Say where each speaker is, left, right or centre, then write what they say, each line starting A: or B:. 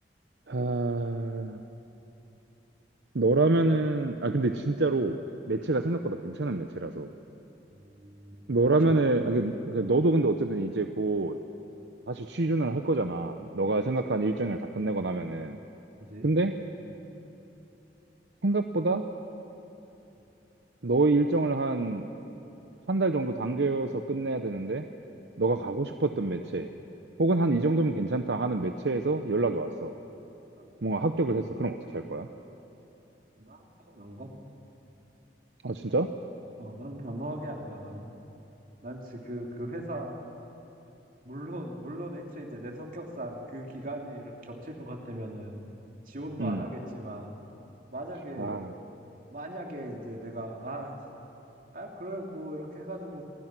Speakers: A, on the right; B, on the right.
A: 아, 너라면은 아 근데 진짜로 매체가 생각보다 괜찮은 매체라서
B: 음,
A: 너라면은
B: 놓치기.
A: 아, 그- 그 너도 근데 어쨌든 이제 곧
B: 어,
A: 다시 취준을 할 거잖아. 너가 생각한
B: 그치?
A: 일정을 다 끝내고 나면은
B: 그지?
A: 근데 생각보다
B: 어,
A: 너의 일정을 한 한 달 정도 당겨서 끝내야 되는데 너가 가고 싶었던 매체 혹은 한 이 정도면 괜찮다 하는 매체에서 연락이 왔어.
B: 어.
A: 뭔가 합격을 했어. 그럼 어떻게 할 거야?
B: 난난안 가.
A: 아, 진짜?
B: 난, 어, 난 단호하게 안 가. 난, 난 지금 그 그 회사 물론 물론 애초에 이제 내 성격상 그 기간이 이렇게 겹칠 것 같으면은 지원도
A: 음.
B: 안 하겠지만 만약에
A: 아,
B: 만약에 이제 내가 아, 씨, 아 그래 뭐 이렇게 해가지고